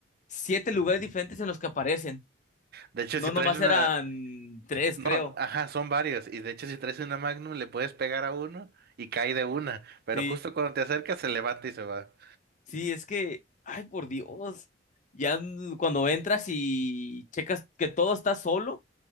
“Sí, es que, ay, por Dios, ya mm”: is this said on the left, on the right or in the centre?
Left